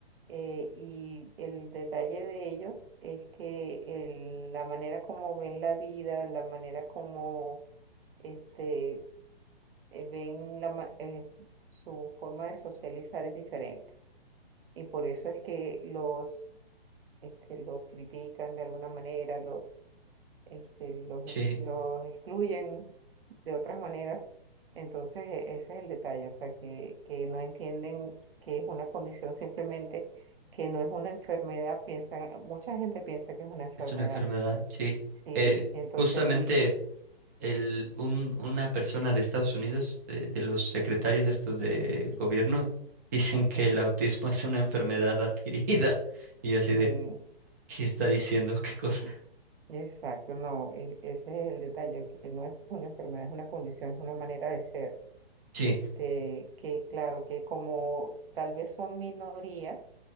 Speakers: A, on the right; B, on the right.
A: Eh, y el detalle de ellos es que el- la manera como ven la vida, la manera como este, eh, ven la, ma- eh, su forma de socializar es diferente. Y por eso es que los, este, los critican de alguna manera, los este, los,
B: sí,
A: ex- los excluyen de otras maneras. Entonces, e- ese es el detalle, o sea, que, que no entienden que es una condición simplemente, que no es una enfermedad, piensa, mucha gente piensa que es una enfermedad.
B: es una enfermedad, sí.
A: Sí,
B: Eh,
A: entonces,
B: justamente
A: y,
B: el, un, una persona de Estados Unidos, de, de los secretarios estos del gobierno, <laughs> dicen que
A: ujú,
B: el autismo es una enfermedad adquirida. Y yo así
A: mm,
B: de, ¿qué está diciendo? ¿Qué cosa?
A: exacto, no, e- ese es el detalle, que no es una enfermedad, es una condición, es una manera de ser.
B: Sí,
A: Este, que claro, que como tal vez son minoría,